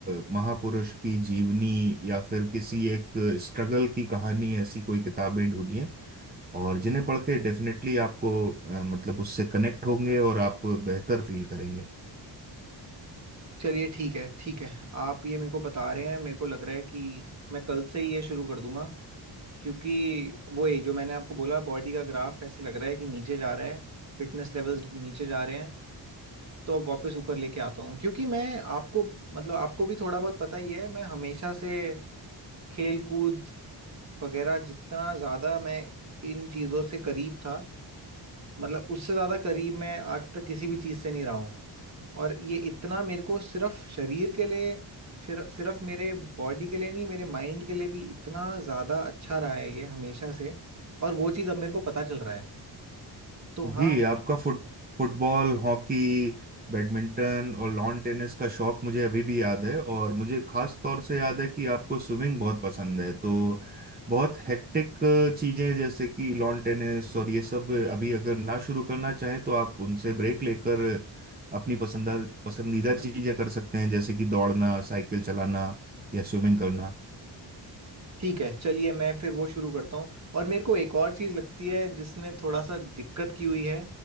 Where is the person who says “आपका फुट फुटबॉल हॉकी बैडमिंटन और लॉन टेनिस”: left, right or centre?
Right